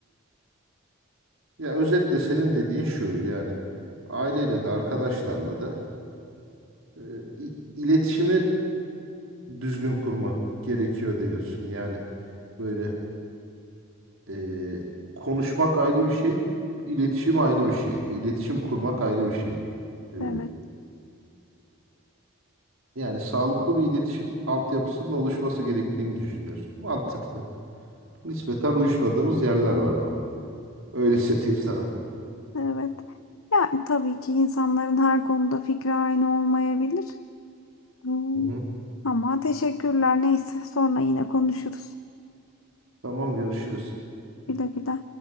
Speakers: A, on the right (about 65°); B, on the left (about 70°).
A: Ya özetle senin dediğin şu yani aileyle de arkadaşlarla da e, i- iletişimi düzgün kurmak gerekiyor diyorsun. Yani böyle e, konuşmak ayrı bir şey, iletişim ayrı bir şey, iletişim kurmak ayrı bir şey. E,
B: Evet,
A: yani sağlıklı bir iletişim altyapısının oluşması gerektiğini düşünüyorsun. Mantıklı. Nispeten uyuşmadığımız yerler var ama. Öyle <laughs> söyleyeyim sana.
B: evet. Yani tabii ki insanların her konuda fikri aynı olmayabilir. Hmm,
A: Hı hı.
B: Ama teşekkürler. Neyse sonra yine konuşuruz.
A: Tamam görüşürüz.
B: Güle güle.